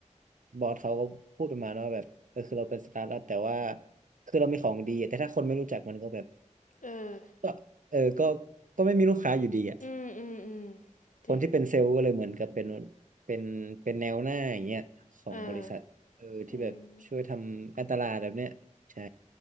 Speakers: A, on the right (about 85°); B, on the left (about 80°).
A: บอสเขาก็พูดประมาณว่าแบบเออคือเราเป็นสตาร์ทอัพแต่ว่าคือเรามีของดีอะแต่ถ้าคนไม่รู้จักมันก็แบบ
B: เออ
A: ก็เออก็ก็ไม่มีลูกค้าอยู่ดีอ่ะ
B: อืมอืมอืมจริง
A: คนที่เป็นเซลล์ก็เลยเหมือนกับเป็นเป็นเป็นแนวหน้าอย่างเงี้ยของบริษัทเออที่แบบช่วยทำการตลาดแบบเนี้ยใช่
B: เอออืม